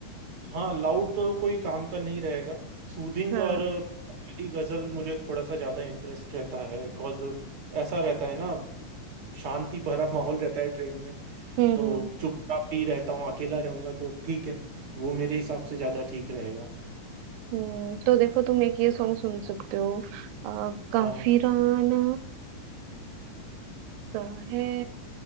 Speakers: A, on the right (about 55°); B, on the right (about 85°).
A: हाँ लाउड तो कोई काम का नहीं रहेगा सूदिंग
B: हाँ
A: और कव्वाली गजल मुझे थोड़ा सा ज्यादा इंटरेस्ट रहता है बिकॉज ऐसा रहता है ना शांति भरा माहौल रहता है ट्रेन में
B: हम्म
A: तो
B: हम्म हम्म
A: चुपचाप ही रहता हूँ अकेला रहूंगा तो ठीक है वो मेरे हिसाब से ज्यादा ठीक रहेगा
B: हम्म, तो देखो तुम एक ये सॉन्ग सुन सकते हो अ, काफिराना
A: हाँ
B: सा है